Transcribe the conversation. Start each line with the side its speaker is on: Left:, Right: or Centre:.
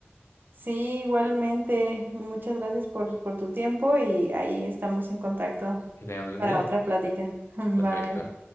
Right: Sí, igualmente, muchas gracias por, por tu tiempo y ahí estamos en contacto
Left: Que tengas buen
Right: para
Left: día.
Right: otra plática. <laughs> Bye.
Left: Perfecto.